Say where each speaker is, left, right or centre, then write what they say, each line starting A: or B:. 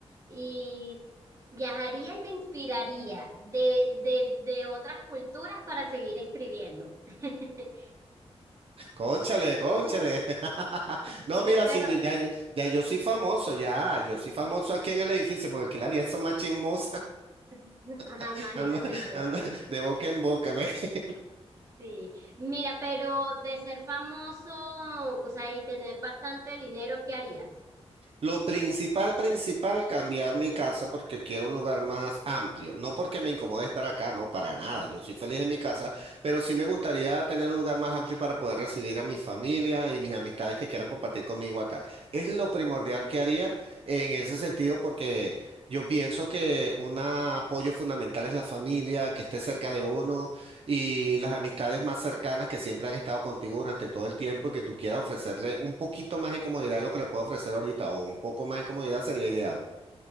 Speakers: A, on the right (about 30°); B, on the right (about 60°).
A: y viajaría y me inspiraría de, de, de otras culturas para seguir escribiendo. <laughs>
B: Cónchale,
A: Y
B: cónchale.
A: tú,
B: <laughs> No,
A: sí,
B: mira,
A: pero
B: sí, yo- ya, ya, ya yo soy famoso, ya. Yo soy famoso aquí en el edificio porque aquí las vías son más chismosas.
A: <laughs> ajá,
B: <laughs>
A: imagínate
B: Anda,
A: tú.
B: anda. de boca en boca. <laughs>
A: Sí, mira, pero de ser famoso, o sea, y tener bastante dinero, ¿qué harías?
B: Lo principal, principal, cambiar mi casa porque quiero un lugar más amplio. No porque me incomode estar acá, no, para nada. Yo soy feliz en mi casa, pero sí me gustaría tener un lugar más amplio para poder recibir a mi familia y mis amistades que quieran compartir conmigo acá. Es lo primordial que haría en ese sentido porque yo pienso que un apoyo fundamental es la familia, que esté cerca de uno y las amistades más cercanas que siempre han estado contigo durante todo el tiempo y que tú quieras ofrecerle un poquito más de comodidad de lo que le puedo ofrecer ahorita o un poco más de comodidad sería ideal.